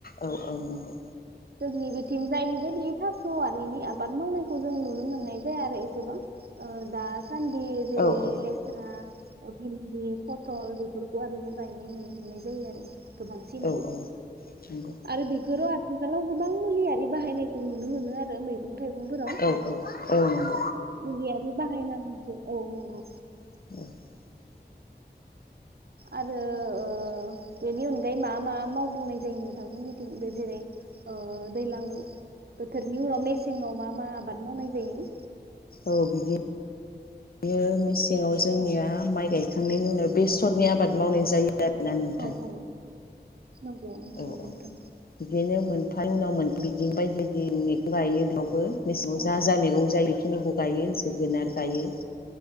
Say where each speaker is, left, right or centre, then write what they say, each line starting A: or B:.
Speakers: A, on the left (about 55°); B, on the right (about 65°).
A: औ औ नंगौ
B: जोंनि बिथिं जाय बेबायदि थास' आरिनि आबाद मावनायखौ जों नुनो मोननाय जाया आरो एसेबां दा सन्दि जेरै
A: औ औ
B: लेट्रा अ'बेनदिप फटल बेफोरखौहाय बुबुं गायनाय नुनो मोननाय जायो आरो। गोबांसैनै
A: औ नंगौ
B: आरो बेफोरो खुलाव गोबां मुलियि बाहायनायखौ नुनो मोनो आरो मैगं थाइगंफोराव
A: औ औ औ नं।
B: मुलियारि बाहायनानैसो औ नंगौ
A: <unintelligible>
B: आरो ओ बेनि अनगायै मा मा मावबावनाय जायो नोंथांमोननिथिं बे जेरै ओ दैलां बोथोरनि उनाव मेसेंआव मा मा आबाद मावनाय जायो?
A: औ बिदि बिदिनो मिस। सिङाव जोंनिया
B: औ
A: माइ गाय। खांनायनि उनाव बेसरनि आबाद मावनाय जायो। आरो ना नोंथां।
B: औ औ नंगौ नंगौ
A: औ
B: नोंथां
A: औ बिदिनो मोन फानि उनाव मोन बिदि बायदि बायदि मैगं गायो बेयावबो। मेसेंआव
B: औ
A: जा जा मैगं जायो। बेखिनिखौ गायो जोगोनार गायो।